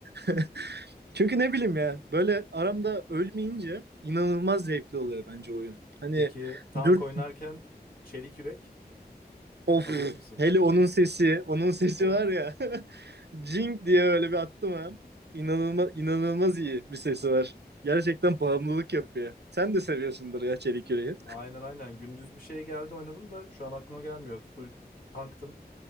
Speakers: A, on the right; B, on the left.
A: <laughs> Çünkü ne bileyim ya böyle aramda ölmeyince inanılmaz zevkli oluyor bence oyun. Hani
B: Peki tank
A: dur
B: oynarken çelik yürek
A: of
B: alıyor musun?
A: hele onun sesi onun sesi
B: Of.
A: var ya <laughs> Jing
B: abi.
A: diye öyle bir attım ha. İnanılmaz inanılmaz iyi bir sesi var. Gerçekten bağımlılık yapıyor. Sen de seviyorsundur ya Çelik Yüreği.
B: Aynen aynen. Gündüz bir şey geldi oynadım da şu an aklıma gelmiyor. Full tanktım.